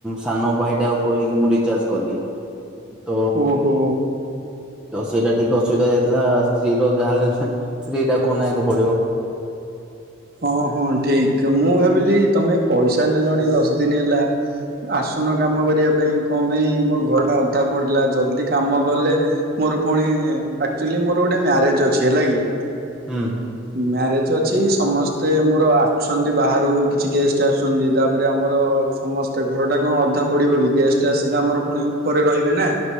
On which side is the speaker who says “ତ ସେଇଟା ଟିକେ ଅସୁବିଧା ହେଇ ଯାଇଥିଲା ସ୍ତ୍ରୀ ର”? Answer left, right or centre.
Centre